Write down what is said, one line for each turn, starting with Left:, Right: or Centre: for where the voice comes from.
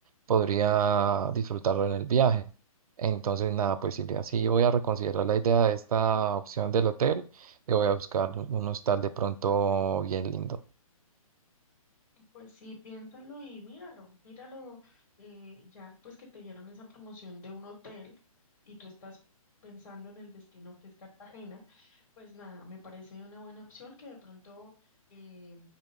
Right: podría disfrutarlo en el viaje. Entonces, nada, pues Silvia, sí voy a reconsiderar la idea de esta opción del hotel. Yo voy a buscar un un hostal de pronto bien lindo.
Left: Pues sí, piénsalo y míralo, míralo, eh, ya pues que te dieron esa promoción de un hotel y tú estás pensando en el destino que es Cartagena. Pues nada, me parece una buena opción que de pronto eh,